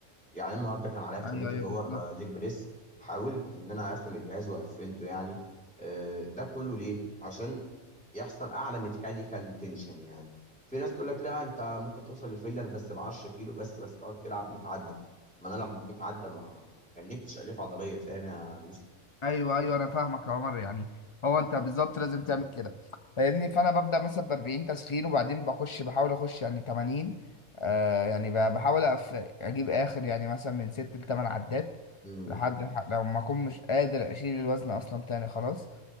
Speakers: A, in the centre; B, on the left (about 55°).
A: يعني النهارده كان عليا في
B: ايوه
A: تمرينة
B: ايوه
A: اللور
B: بالظبط
A: آه، ليج بريس حاولت ان انا اقفل الجهاز وقفلته يعني آه، ده كله ليه عشان يحصل اعلى ميكانيكال تنشن يعني في ناس تقول لك لا انت ممكن توصل لفيلر بس ب 10 كيلو بس بس تقعد تلعب 100 عده ما انا العب 100 عده ما ما جنبتش الياف عضليه فاهم يا
B: ايوه ايوه انا فاهمك يا عمر يعني هو انت بالظبط لازم تعمل كده فاهمني فانا ببدا مثلا ب 40 تسخين وبعدين بخش بحاول اخش يعني 80 آه يعني ب- بحاول أف... اجيب اخر يعني مثلا من 6 ل 8 عدات
A: يوسف
B: لحد ح- لو ما اكون مش قادر اشيل الوزن اصلا تاني خلاص